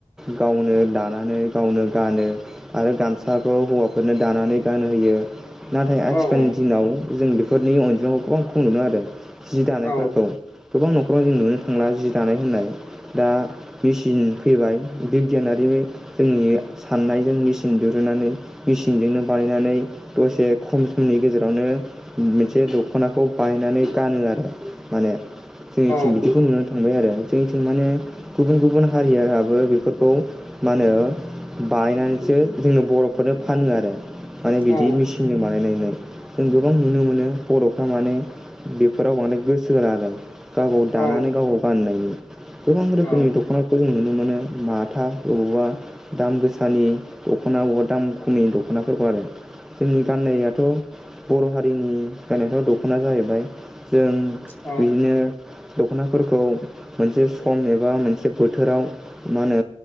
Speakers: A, in the centre; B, on the left (about 20°).
A: गावनो दानानै गावनो गानो आरो गामसाखौ हौवाफोरनो दानानै गानहोयो। नाथाय आथिखालनि
B: औ औ
A: दिनाव। जों बेफोरनि अनजिमाखौ गोबां खम नुनो आरो। जि दानायफोरखौ।
B: औ
A: गोबां नखराव जों नुनो थांला जि दानाय होननाय। दा मेसिन। फैबाय। बिगियानारि जोंनि साननायजों मेचिन दिरुनानै मेसिनजोंनो बानायनानै दसे खम समनि गेजेरावनो मोनसे दखनाखौ बानायनानै गानो आरो। माने जोंनि
B: औ
A: थिं बिदिखौ नुनो थांबाय आरो। जोंनिथिं माने गुबुन गुबुन हारियाबो। बेफोरखौ मा होनो बायनानैसो जोंनो बरफोरनो फानो आरो। माने बिदि
B: औ
A: मेचिनजों बानायनो। जों गोबां नुनो मोनो बरफ्रा माने बेफोराव माने गोसो होला आरो। गाव गाव दानानै
B: औ
A: गाव गाव गाननायनि गोबां रोखोमनि
B: औ
A: दखनाखौ। नुनो मोनो। माथा बबेबा दाम गोसानि दखना बबेबा दाम खमिनि दखनाफोरखौ आरो। जोंनि गान्नायाथ। बर' हारिनि गायनायफ्राव दखना जाहैबाय। जों
B: औ
A: बिदिनो। दखनाफोरखौ मोनसे सम एबा मोनसे बोथोराव मा होनो